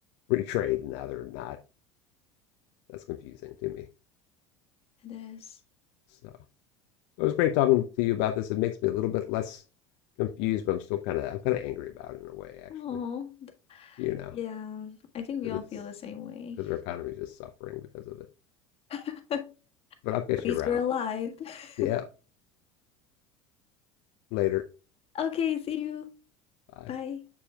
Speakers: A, on the left (about 60°); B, on the left (about 40°).
A: free trade, and now they're not? That's confusing to me.
B: it is.
A: So It was great talking to you about this. It makes me a little bit less confused, but I'm still kind of I'm kind of angry about it in a way, actually.
B: Oh,
A: You know,
B: yeah. I think
A: because
B: we all
A: it's
B: feel the same way.
A: because our economy is just suffering because of it.
B: <laughs> At
A: But I'll catch
B: least
A: you around.
B: we're alive.
A: Yeah,
B: <laughs>
A: later.
B: Okay, see you.
A: Bye.
B: Bye.